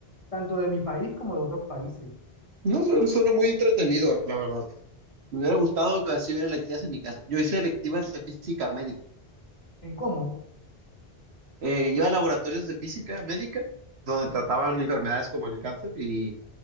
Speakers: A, on the left; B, on the right.
A: tanto de mi país como de otros países.
B: no, su- suena muy entretenido, la verdad. Me hubiera gustado que así hubiera electivas en mi caso. Yo hice electivas de física médica.
A: ¿En cómo?
B: Eh, iba a laboratorios de física médica, donde trataban enfermedades como el cáncer y